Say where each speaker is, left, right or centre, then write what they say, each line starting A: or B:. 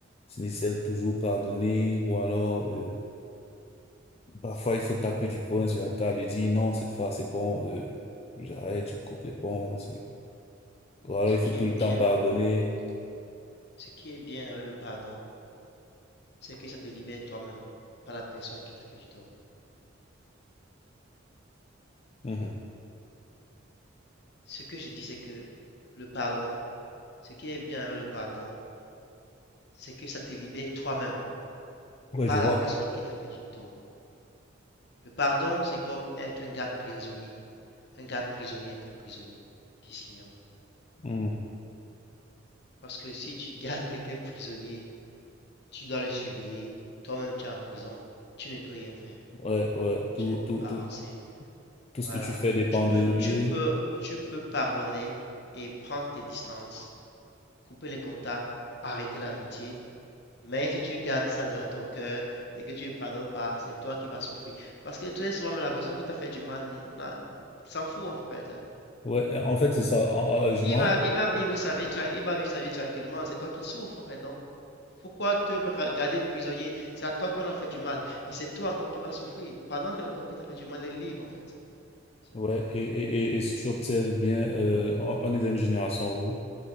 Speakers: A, on the left (about 30°); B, on the left (about 60°).
A: c'est nécessaire de toujours pardonner, ou alors, euh, parfois, il faut taper du poing sur la table et dire, non, cette fois, c'est bon, euh, j'arrête, je coupe les ponts, c'est- ou alors,
B: Ce
A: il
B: qui
A: faut tout
B: est
A: le
B: bien,
A: temps pardonner.
B: ce qui est bien avec le pardon, c'est que ça te libère toi-même, pas la personne qui t'a fait du tort.
A: Mhm.
B: Ce que j'ai dit, c'est que le pardon, ce qui est bien avec le pardon, c'est que ça te libère toi-même,
A: Ouais,
B: pas
A: je vois.
B: la personne qui t'a fait du tort. Le pardon, c'est comme être un garde prisonnier. Un garde prisonnier est un prisonnier qui s'ignore.
A: Mhm.
B: Parce que si tu gardes quelqu'un prisonnier, tu dois le surveiller. Toi-même, tu es en prison, tu ne peux rien faire.
A: Ouais, ouais, tout,
B: Tu ne peux
A: tout,
B: pas
A: tout,
B: avancer.
A: tout
B: Voilà.
A: ce que tu fais dépend
B: Tu peux,
A: de lui.
B: tu peux, tu peux pardonner et prendre tes distances, couper les contacts, arrêter l'amitié, Mais si tu gardes ça dans ton cœur et que tu ne me pardonnes pas, c'est toi qui vas souffrir. Parce que très souvent, la personne qui t'a fait du mal s'en fout en fait. hein.
A: Ouais, euh, en fait, c'est ça. En- en- euh, Je
B: Il
A: manque.
B: va, il va vivre sa vie tranquille, il va vivre sa vie tranquillement. C'est toi qui souffres en fait. Donc, pourquoi te garder prisonnier? C'est à toi qu'on a fait du mal et c'est toi encore qui vas souffrir pendant que la personne qui t'a fait du mal est libre en fait. Je sais
A: Ouais,
B: pas. Donc,
A: et,
B: euh,
A: et, et, et si tu observes bien, euh, on, on est dans une génération où